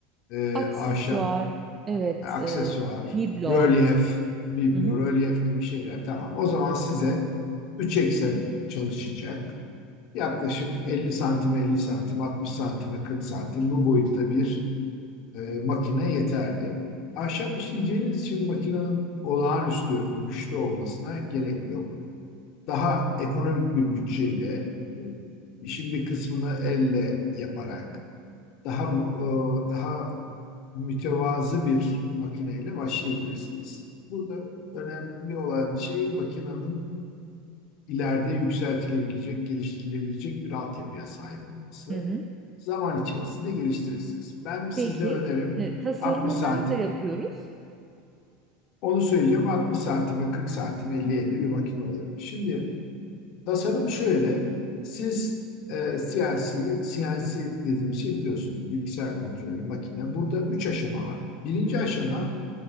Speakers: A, on the left; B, on the right.
A: e,
B: Aksesuar.
A: ahşap,
B: Evet.
A: aksesuar,
B: E, biblo.
A: rölyef, biblo,
B: Hı hı.
A: rölyef gibi şeyler. Tamam. O zaman size 3 eksen çalışacak. Yaklaşık 50 santim, 50 santim, 60 santime, 40 santim bu boyutta bir e, makine yeterli. Ahşap işleyeceğiniz için makinenin olağanüstü güçlü olmasına gerek yok. Daha ekonomik bir bütçeyle e, işin bir kısmını elle yaparak daha e, daha mütevazı bir makineyle başlayabilirsiniz. Burada önemli olan şey makinenin ileride yükseltilebilecek, geliştirilebilecek bir altyapıya sahip olması.
B: Hı hı.
A: Zaman içerisinde geliştirirsiniz. Ben size
B: Peki.
A: önerim
B: e, tasarımı
A: 60 santim.
B: nerede yapıyoruz?
A: Onu söyleyeceğim 60 santime 40 santim 50-50 bir makine olabilir. Şimdi tasarım şöyle. Siz e, CNC, CNC dediğimiz şey biliyorsunuz bilgisayar kontrollü makine. Burada 3 aşama var. Birinci aşama